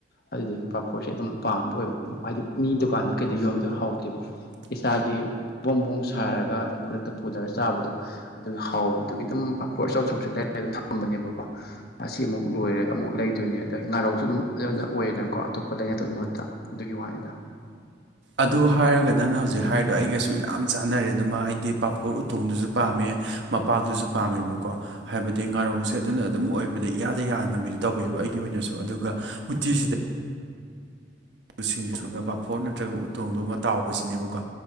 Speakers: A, on the left; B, on the right.
A: ꯑꯗꯨꯗꯨꯒꯤ ꯄꯥꯐꯣꯔꯁꯦ ꯑꯗꯨꯝ ꯄꯥꯝꯕ ꯑꯣꯏꯕ ꯍꯥꯏꯗꯤ ꯃꯤ ꯗꯨꯀꯥꯟꯗ ꯀꯩꯗ ꯌꯣꯟꯕꯗꯣ ꯍꯥꯎꯇꯦꯕ ꯏꯁꯥꯒꯤ ꯕꯣꯝ ꯕꯣꯡ ꯁꯥꯔꯒ ꯑꯗꯨꯝ ꯈꯨꯗꯛꯇ ꯄꯨꯗꯔ ꯆꯥꯕꯗꯣ ꯑꯗꯨꯒꯤ ꯍꯥꯎꯕꯗꯨꯒꯤ ꯗꯨꯝ ꯄꯥꯐꯣꯔ ꯑꯆꯧ ꯆꯧꯕꯁꯦ ꯂꯩꯔ ꯑꯗꯨꯝ ꯊꯝꯕꯅꯦꯕꯀꯣ ꯑꯁꯤ ꯑꯃꯨꯛ ꯂꯣꯏꯔꯒ ꯑꯃꯨꯛ ꯂꯩꯗꯣꯏꯅꯦ ꯑꯗꯩ ꯉꯥꯔꯧꯁꯨ ꯑꯗꯨꯝ ꯑꯩꯉꯣꯟꯗ ꯑꯣꯏꯔꯦꯗꯅꯀꯣ ꯑꯇꯣꯞꯄ ꯂꯩꯅꯗꯣꯏ ꯃꯍꯨꯠꯇ ꯑꯗꯨꯒꯤ ꯋꯥꯅꯤꯗ
B: ꯑꯗꯨ ꯍꯥꯏꯔꯒ ꯅꯪꯅ ꯍꯧꯖꯤꯛ ꯍꯥꯏꯔꯤꯗꯣ ꯑꯩꯒꯁꯨ ꯌꯥꯝ ꯆꯥꯟꯅꯔꯦ ꯗꯨꯃ ꯑꯩꯗꯤ ꯄꯥꯐꯣꯔ ꯎꯇꯣꯡꯗꯨꯁꯨ ꯄꯥꯝꯃꯦ ꯃꯄꯥꯛꯇꯨꯁꯨ ꯄꯥꯝꯃꯦꯕꯀꯣ ꯍꯥꯏꯕꯗꯤ ꯉꯥꯔꯧꯁꯦ ꯑꯗꯨꯅ ꯑꯗꯨꯝ ꯑꯣꯏꯕꯗ ꯏꯌꯥꯗ ꯌꯥꯟꯅꯃꯤꯗꯨ ꯇꯧꯋꯦꯕ ꯑꯩꯒꯤ ꯑꯣꯏꯅꯁꯨ ꯑꯗꯨꯒ ꯎꯇꯤꯁꯤꯗ ꯎꯁꯤꯡꯖꯨ ꯁꯨꯅ ꯄꯥꯐꯣꯔ ꯅꯠꯇ꯭ꯔꯒ ꯎꯇꯣꯡꯗꯣꯃ ꯇꯥꯎꯕꯁꯤꯅꯦꯕꯀꯣ